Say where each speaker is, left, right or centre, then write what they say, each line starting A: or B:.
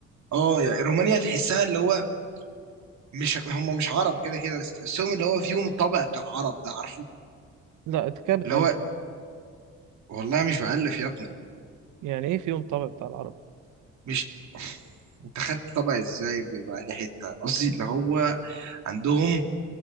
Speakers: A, on the right; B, on the right.
A: اه يعني رومانيا تحسها اللي هو مش هم مش عرب كده كده بس تحسهم اللي هو فيهم الطبع بتاع العرب ده عارفه
B: لا كده بتقل
A: اللي هو والله مش بألف يا ابني
B: يعني ايه فيهم طابع بتاع العرب
A: مش <laughs> انت خدت طبع ازاي بيبقى انهي حته قصدي اللي هو عندهم